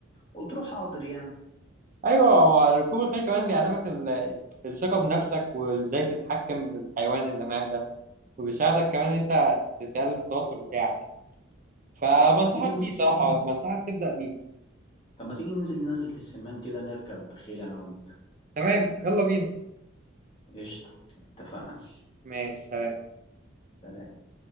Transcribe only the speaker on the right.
ايوه هو ركوب الخيل كمان بيعلمك ال- الثقة بنفسك وازاي تتحكم بالحيوان اللي معاك ده وبيساعدك كمان ان انت تقلل التوتر بتاعك فبنصحك
بيه صراحة بنصحك تبدأ بيه
تمام يلا بينا
ماشي سلام